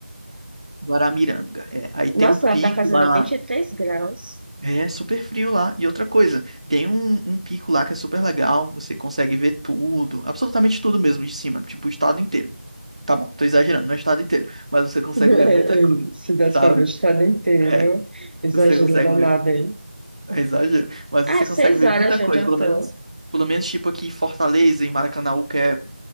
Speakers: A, on the right; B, on the right.
A: Guaramiranga, é. Aí tem
B: Nossa,
A: um pico
B: lá tá fazendo
A: lá.
B: vinte e três graus.
A: É super frio lá. E outra coisa, tem um, um pico lá que é super legal, você consegue ver tudo, absolutamente tudo mesmo de cima, tipo o estado inteiro. Tá bom, tô exagerando, não é o estado inteiro, mas você consegue
B: <laughs>
A: ver muita coisa,
B: Se desse
A: sabe?
B: pra ver o estado inteiro,
A: É,
B: exagero
A: você consegue
B: danado,
A: ver,
B: hein?
A: é exagero, mas você
B: Ah, seis
A: consegue ver
B: horas
A: muita
B: de
A: coisa,
B: onde eu
A: pelo
B: tô.
A: menos, pelo menos tipo aqui em Fortaleza e Maracanaú, que é